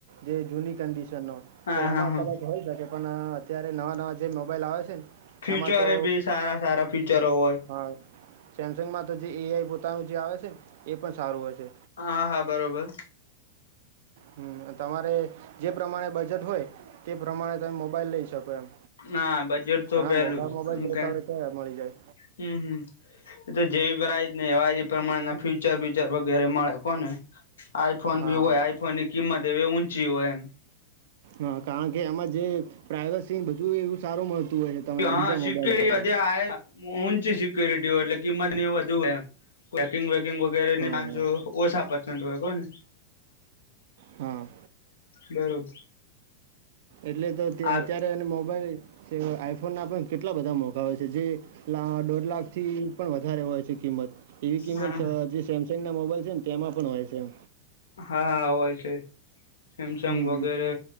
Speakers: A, on the right; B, on the left.
A: જે જૂની કંડિશન ન
B: હા
A: તો એમાં
B: હા હા
A: કદાચ હોય શકે લોકો અત્યારે નવા નવા જે મોબાઈલ આવે છે ને
B: ફ્યુચરે
A: એમાં તો
B: બી સારા સારા ફ્યુચરો હોય
A: હા સેમસંગમાં તો જે એઆઈ પોતાનું જે આવે છે ને એ પણ સારું હ છે
B: હા હા બરોબર
A: હમ તમારે જે પ્રમાણે બજેટ હોય તે પ્રમાણે તમે મોબાઈલ લઈ શકો એમ
B: ના બજેટ તો
A: ઘણા
B: પેલું
A: મોટા મોબાઈલ
B: કેમ
A: જોતા
B: કે
A: હોય તો મળી જાય
B: હમ હમ એ તો જેવીય જ ને એવા એ પ્રમાણેના ફ્યુચર બ્યુચર વગેરે મળે કોને આઈફોન
A: હા
B: બી હોય
A: હા
B: આઈફોનની કિંમત એવી ઊંચી હોયમ
A: હા કારણ કે એમાં જે પ્રાઇવસી બધુંય એવું સારું મળતું હોય છે તમને
B: હા
A: બીજા
B: સિક્કે
A: મોબાઈલો કરતાં.
B: અધ્યા આ ઊંચી સિક્યુરિટી એટલે કિંમત ની એ વધુ એમ પેકિંગ વેકિંગ વગેરે
A: હા હા
B: ઓછા પચન્ટ હોય કોહ ને
A: હા
B: બરોબર
A: એટલે તો ત
B: હાલ
A: ત્યા મોબાઈલ આઈફોન ના પણ કેટલા બધા મોકા હોય છે જે દોઢ લાખ થી પણ વધારે હોય છે કિંમત એવી કિંમત
B: હા
A: જે સેમસંગ ના મોબાઈલ છે ને તેમાં પણ હોય છે એ
B: હા હા હોય છે સેમસંગ
A: હમ
B: વગેરે
A: હમ.